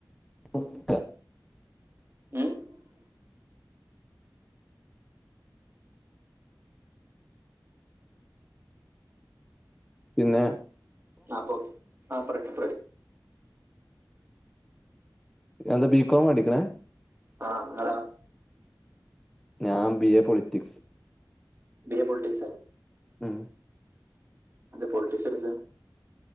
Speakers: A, in the centre; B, on the right.
A: <unintelligible>
B: <unintelligible>
A: പിനെ
B: അ പ്പോ ആ പറട്ട്
A: എന്ത ബികോമഠിക്ണ്?
B: അഹ് ങ്ങളോ
A: ഞാം B A politics.
B: B A പൊൾട്ടിക്സാ?
A: ഉം
B: അന്തേ പൊൾറ്റിക്സെട്ത്ത്?